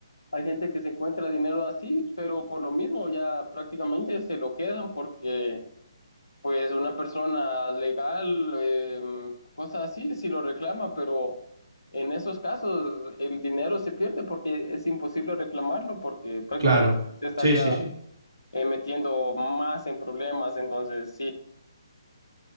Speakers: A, on the left; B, on the right.
A: hay gente que se encuentra dinero así, pero por lo mismo ya prácticamente se lo quedan porque pues una persona legal, eh, cosas así, si lo reclama, pero en esos casos el dinero se pierde porque es imposible reclamarlo, porque prácticamente
B: Claro.
A: te estaría
B: Sí, sí, sí.
A: eh, metiendo más en problemas, entonces sí,